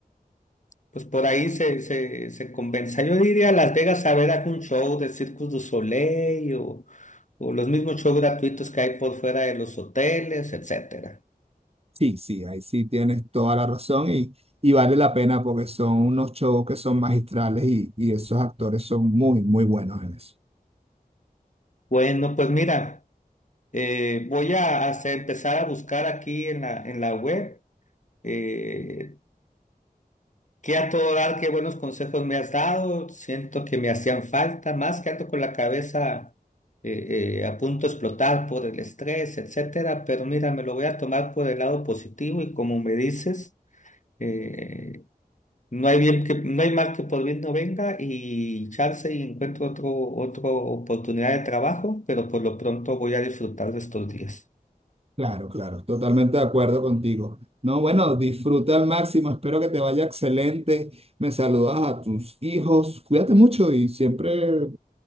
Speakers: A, on the left (about 50°); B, on the right (about 40°).
A: pues por ahí se, se, se compensa. Yo iría a Las Vegas a ver algún show de Circus du Soleil o, o los mismos shows gratuitos que hay por fuera de los hoteles, etcétera.
B: sí, sí, ahí sí tienes toda la razón y, y vale la pena porque son unos shows que son magistrales y, y esos actores son muy, muy buenos en eso.
A: Bueno, pues mira, eh, voy a hacer- empezar a buscar aquí en la, en la web eh, qué a todo dar, qué buenos consejos me has dado. Siento que me hacían falta, más que ando con la cabeza eh, eh, a punto de explotar por el estrés, etcétera. Pero mira, me lo voy a tomar por el lado positivo y como me dices, eh, no hay bien que, no hay mal que por bien no venga y chance y encuentro otro, otra oportunidad de trabajo, pero por lo pronto voy a disfrutar de estos días.
B: Claro, claro, totalmente de acuerdo contigo. No, bueno, disfruta al máximo, espero que te vaya excelente. Me saludas a tus hijos, cuídate mucho y siempre